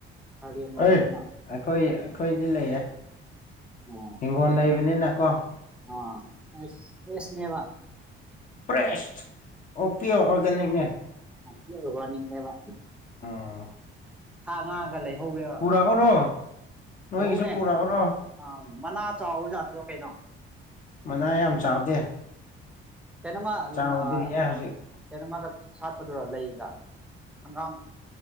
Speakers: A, in the centre; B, on the left.
A: ꯀꯥꯂ‌ꯦꯟ
B: ꯑꯦ
A: ꯑꯣꯏꯕꯅꯤꯅ
B: ꯑꯩꯈꯣꯏ ꯑꯩꯈꯣꯏꯗꯤ ꯂꯩꯌꯦ
A: ꯎꯝ
B: ꯍꯤꯡꯒꯣꯟ ꯂꯩꯕꯅꯤꯅ ꯀꯣ
A: ꯑꯥ ꯑꯁ ꯐ꯭ꯔꯦꯁꯅꯦꯕ
B: ꯄ꯭ꯔꯦꯁ ꯑꯣ ꯄꯤꯌꯣ ꯑꯣꯔꯒꯅꯤꯛꯅꯦ
A: <unintelligible> ꯑꯣꯔꯒꯅꯤꯛꯅꯦꯕ
B: ꯎꯝ
A: ꯁꯥ ꯉꯥ ꯈꯔ ꯂꯩꯍꯧꯔꯦꯕ
B: ꯄꯨꯔꯛꯎꯔꯣ ꯅꯣꯏꯒꯤꯁꯨ
A: ꯄꯨꯔꯛꯎꯅꯦ
B: ꯄꯨꯔꯛꯎꯔꯣ
A: ꯑ ꯃꯅꯥ ꯆꯥꯎꯕꯖꯥꯠꯇꯨꯔꯣ ꯀꯩꯅꯣ
B: ꯃꯅꯥ ꯌꯥꯝ ꯆꯥꯎꯗꯦ
A: ꯀꯩꯅ‌ꯣꯝꯃ
B: ꯆꯥꯎꯗ꯭ꯔꯤꯌꯦ
A: ꯑ
B: ꯍꯧꯖꯤꯛ
A: ꯀꯩꯅ‌ꯣꯝꯃꯒ ꯁꯥꯠꯄꯗꯨꯔ‌ꯣ ꯂꯩꯗ ꯍꯪꯒꯥꯝ